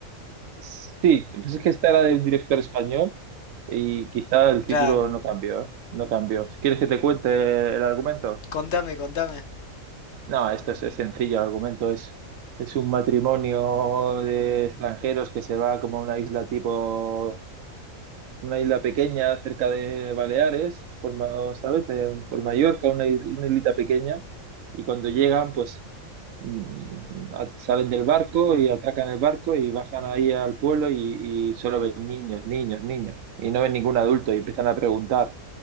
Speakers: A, on the right (about 70°); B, on the left (about 60°).
A: Sí, pues es que esta era de un director español y quizá el título
B: Claro.
A: no cambió, ¿eh? No cambió. ¿Quieres que te cuente el argumento?
B: Contame, contame.
A: No, esto es, es sencillo, el argumento es, es un matrimonio de extranjeros que se va como a una isla tipo una isla pequeña cerca de Baleares, por, Ma- ¿sabes? De- por Mallorca, una, is- una islita pequeña, y cuando llegan, pues mm, a- salen del barco y atracan el barco y bajan ahí al pueblo y, y solo ven niños, niños, niños, y no ven ningún adulto y empiezan a preguntar,